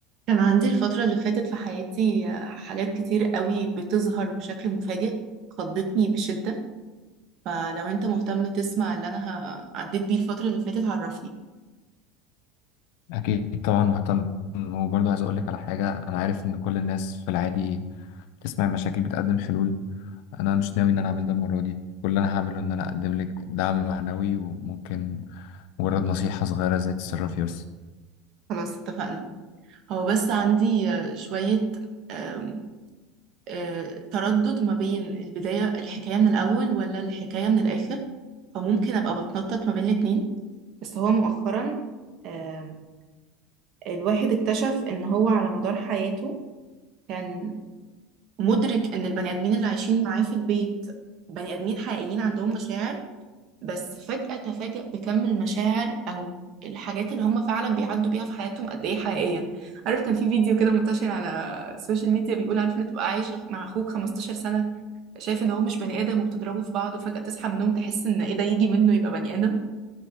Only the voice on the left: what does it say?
أكيد طبعا مهتم وبرضه عايز أقولك على حاجة أنا عارف إن كل الناس في العادي تسمع مشاكل بتقدم حلول أنا مش ناوي إن أنا أعمل ده المرة دي كل اللي أنا هعمله إن أنا أقدم لك دعم معنوي وممكن مجرد نصيحة صغيرة زي تتصرفي بس